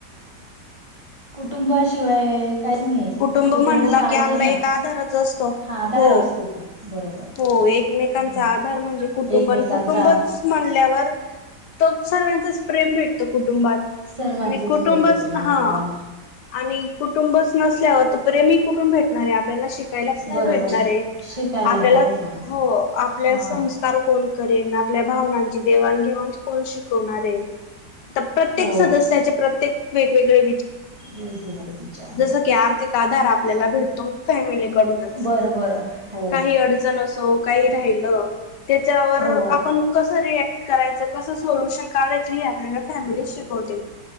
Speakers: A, on the right; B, on the left.
A: कुटुंबाशिवाय काहीच नाही
B: कुटुंब म्हणला
A: पाहिजेनच
B: की आपला एक आधारच असतो.
A: हा आधार
B: हो
A: असतो तो बरोबर
B: हो एकमेकांचा
A: हम्म
B: आधार म्हणजे कुटुंब
A: एकमेकांचा
B: कुटुंबच म्ह म्हणाल्यावर तोच सर्वचच प्रेम भेटत कुठ. कुटुंबात
A: सर्वांचच
B: आणि कुटुंबच
A: मिळते प्रेम
B: हा
A: कुटुंबाला
B: आणि कुटुंबच नसल्यावर तर प्रेमी कुठून भेटणार आहे आपल्याला शि त्यालाच नाही
A: बरोबर
B: भेटणारे
A: शिकायला
B: आपल्याला
A: नाही भेटणार
B: हो आपल्या
A: हा
B: संस्कार कोण करेल ना. आपल्या भावनांची देवाण घेवाण कोण शिकवणार आहे. प्रत्येक
A: हो
B: सदस्याचे प्रत्येक वेगवेगळे
A: हगड बीचार <unintelligible> <inaudible>
B: जस की आर्थिक आधार आपल्याला भेटतो फॅमिलीकडूनच
A: बरं बरं हो
B: काही अडचण कस काय राहील, त्याच्यावर
A: हो
B: आपण कस रियाक्ट करायचं कस सोल्युशन काढायचं ही आपल्याला फॅमिलीच शिकवते.